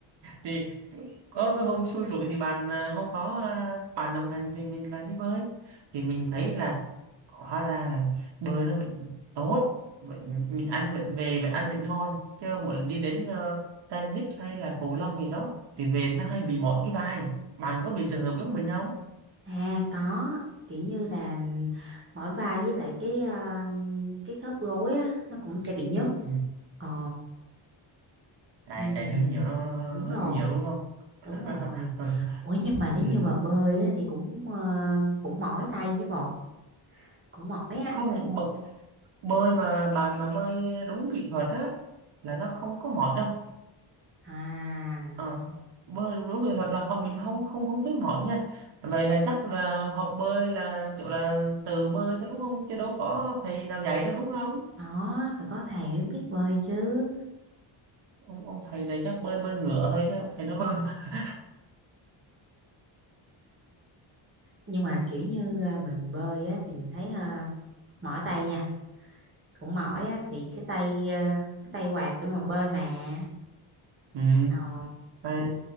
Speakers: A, on the right; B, on the right.
A: thì có cái hôm xui rủi thì bạn à, không có à, bạn đồng hành thì mình lại đi bơi thì mình thấy là hóa ra là bơi nó vẫn tốt vẫn mình ăn vẫn về và ăn vẫn ngon chứ mỗi lần đi đến ờ, tennis hay là cầu lông gì đó thì về nó hay bị mỏi cái vai bạn có bị trường hợp giống mình không
B: À có kiểu như là mỏi vai với lại cái à, cái khớp gối á nó cũng sẽ bị nhức.
A: ừ.
B: Ờ
A: chạy
B: ừ,
A: chạy hơi nhiều đó
B: đúng
A: hơi
B: rồi
A: nhiều đúng không <laughs>
B: đúng rồi. Ủa nhưng mà nếu
A: ừ.
B: như mà bơi á, thì cũng ờ, cũng mỏi tay với bột cũng mỏi á.
A: không bợ- bơi mà bạn mà bơi đúng kỹ thuật á là nó không có mỏi đâu
B: À
A: Ờ, bơi đúng rồi thật là không mình không không không thấy mỏi nha vậy là chắc là học bơi là kiểu là tự bơi thôi đúng không chứ đâu có thầy nào dạy đâu đúng không
B: đó phải có thầy mới biết bơi chứ.
A: ông, ông thầy này chắc bơi bơi ngửa thôi chứ ông thầy đâu <laughs>
B: Nhưng mà kiểu như à, mình bơi á thì mình thấy à, mỏi tay nha cũng mỏi á thì cái tay à, cái tay quạt để mà bơi mà.
A: ừ,
B: Ờ
A: tay